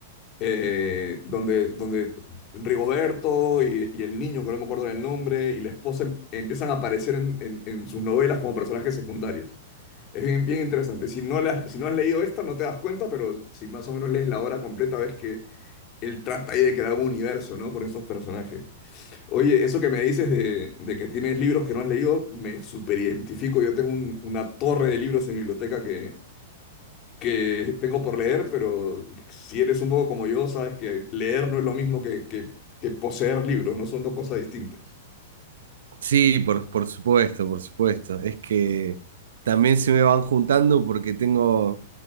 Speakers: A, on the left (about 40°); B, on the right (about 70°).
A: eh, donde, donde Rigoberto y, y el niño, que no me acuerdo del nombre, y la esposa em- empiezan a aparecer en, en- en sus novelas como personajes secundarios. Es bien, bien interesante. Si no, la- si no has leído esta, no te das cuenta, pero si más o menos lees la obra completa, ves que él trata ahí de crear un universo, ¿no? Con estos personajes. Oye, eso que me dices de, de que tienes libros que no has leído, me superidentifico. Yo tengo un- una torre de libros en mi biblioteca que que tengo por leer, pero si eres un poco como yo, sabes que leer no es lo mismo que, que, que poseer libros, no son dos cosas distintas.
B: Sí, por, por supuesto, por supuesto. Es que también se me van juntando porque tengo